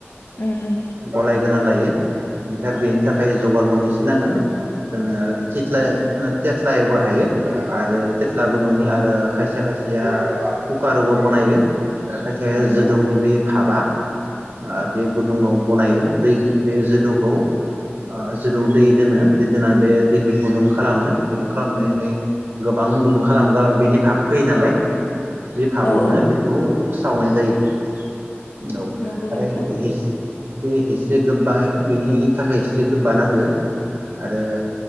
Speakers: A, on the left; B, on the right.
A: उम उम
B: गलाय ग्रोनानै लायो ओमफ्राय आरो बेनि थाखाय जगाल मोननैसो नांगोन जोङो थिथ्ला थेथ्लायावबो हायो आरो थेथ्ला गुदुंनि आरो खायसे खायसेया कुकारावबो बनायो आरो खयसे
A: नंगौ
B: जोदौनि बे भाबा आ बे गुदुङाव बनायो दै बे जोदौखौ ओ जोदौ दै दोनो दै दोननानै बे दैखौ गुदुं खालामो गुदुं खालामनानै गोबां गुदुं खालामो खारन बेनि थाब फैयो नालाय बे फाबावनो
A: औ औ
B: बेखौ सावनाय जायो। औ
A: नंगौ नोंथां
B: आरो हिस बे हिस्रि गोबा बेनि थाखाय हिस्रि गोबा नांगो। आरो